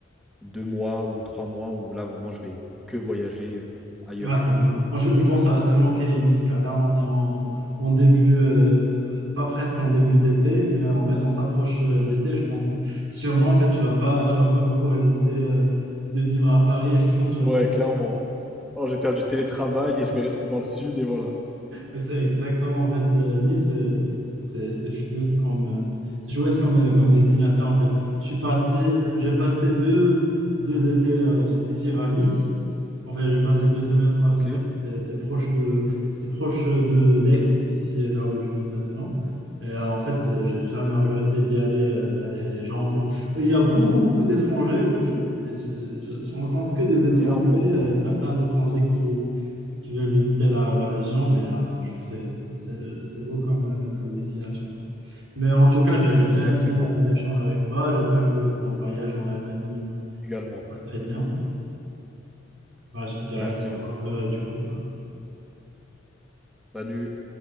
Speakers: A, in the centre; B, on the right.
A: deux mois ou trois mois où là, vraiment, je vais que voyager euh, ailleurs,
B: Ah
A: quoi.
B: c'est bien. Moi, je, je pense que ça va te manquer, Nice, car là, on est en, en début, euh, pas presque en début d'été, mais euh, en fait, on s'approche euh, d'été, je pense. Sûrement, en fait, tu vas pas, tu vas pas beaucoup résister euh, de vivre à Paris, je pense sûrement.
A: Ouais,
B: tu
A: clairement.
B: vas-
A: Oh, je vais faire du télétravail et je vais rester dans le sud et voilà.
B: Mais c'est exactement, en fait, euh, Nice, c'est c'est- c'est- c'est chouette comme, euh, c'est chouette comme, euh, comme destination, en fait. Je suis parti, j'ai passé deux, deux étés euh, successifs à Nice. En fait, j'ai passé deux semaines, trois
A: Ok.
B: semaines. C'est c'est proche de, c'est proche de d'Aix, ici, là où je vis maintenant. Et euh, en fait, c'est- j'ai jamais regretté d'y aller. euh, T'as les, les gens, en fait. Il y a beaucoup, beaucoup d'étrangers aussi. Je, je, je rencontre que des étrangers.
A: Énormément,
B: euh,
A: ouais.
B: T'as plein d'étrangers qui, qui veulent visiter la, la région, mais euh, je trouve que c'est, c'est, c'est beau comme, euh, comme destination. Mais en tout cas, j'ai j'ai bien
A: Très,
B: aimé
A: très beau,
B: euh,
A: ouais.
B: l'échange avec toi. J'espère que ton voyage en Albanie euh,
A: Également.
B: se passe très bien. Voilà, je te dirai
A: Merci
B: au
A: à toi.
B: revoir euh, du coup.
A: Salut.